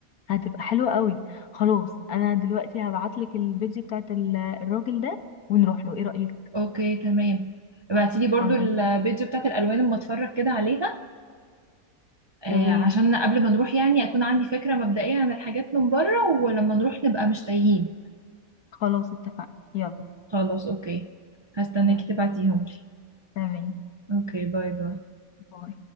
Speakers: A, on the left; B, on the right.
A: هتبقى حلوه قوي خلاص انا دلوقتي هبعت لك البيج بتاعت ال- الراجل ده ونروح له ايه رايك
B: اوكي تمام ابعتي لي برضو
A: خلاص
B: البيج بتاعه الالوان اما اتفرج كده عليها آه
A: تمام
B: عشان قبل ما نروح يعني اكون عندي فكره مبدئيه عن الحاجات من بره ولما نروح نبقى مش تايهين
A: خلاص اتفقنا يلا
B: خلاص اوكي هستناكي
A: يلا
B: تبعتيهم لي
A: تمام
B: اوكي باي باي
A: باي